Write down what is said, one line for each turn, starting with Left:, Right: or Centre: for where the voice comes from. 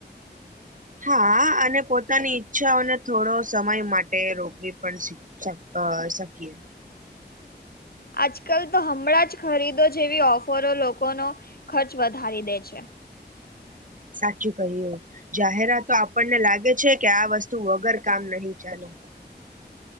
Right: હા અને પોતાની ઈચ્છાઓને થોડો સમય માટે રોકવી પણ શીખ. શ અ શકીયે.
Left: આજકાલ તો હમણાં જ ખરીદો જેવી ઓફરો લોકોનો ખર્ચ વધારી દે છે.
Right: સાચું ક્યું. જાહેરાતો આપણને લાગે છે કે આ વસ્તુ વગર કામ નહી ચાલે.